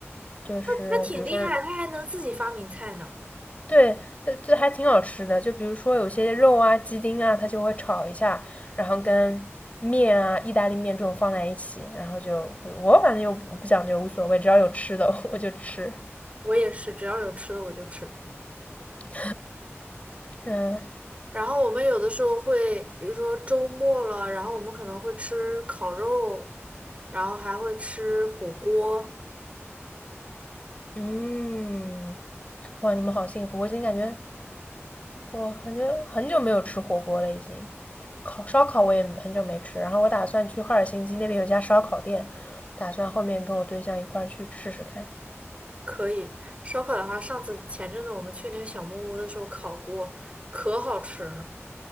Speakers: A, on the left; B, on the right.
A: 就是比如说
B: 他挺厉害，他还能自己发明菜呢。
A: 对，呃就还挺好吃的。就比如说有些肉啊、鸡丁啊，他就会炒一下，然后跟面啊、意大利面这种放在一起，然后就我反正又不讲究，无所谓，只要有吃的 <laughs> 我就吃。
B: 我也是，只要有吃的我就吃。
A: <laughs> 呵嗯
B: 然后我们有的时候会，比如说周末了，然后我们可能会吃烤肉，然后还会吃火锅。
A: 嗯，哇，你们好幸福！我已经感觉，我感觉很久没有吃火锅了，已经。烤烧烤我也很久没吃，然后我打算去赫尔辛基那边有家烧烤店，打算后面跟我对象一块儿去试试看，
B: 可以，烧烤的话，上次前阵子我们去那个小木屋的时候烤过，可好吃了。